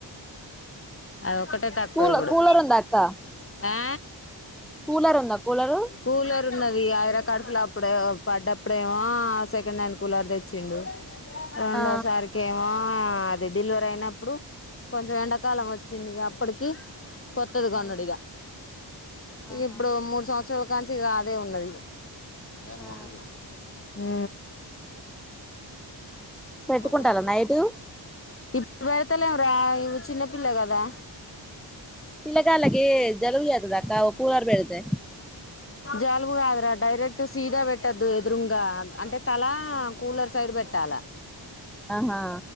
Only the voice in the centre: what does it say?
కూల
కూలర్ ఉందా అక్క
కూలర్ ఉందా కూలరు
ఆ
ఆ ఆహా
ఆ
పెట్టుకుంటాళ్ల
నైటు
పిల్ల తల్లికి జలుబు లేత్తదక్కా కూలర్ పెడితే
ఆహా